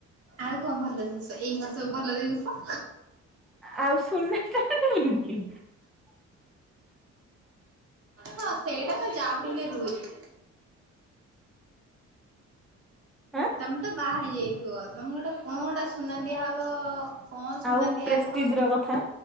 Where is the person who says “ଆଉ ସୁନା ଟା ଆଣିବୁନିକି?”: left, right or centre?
Centre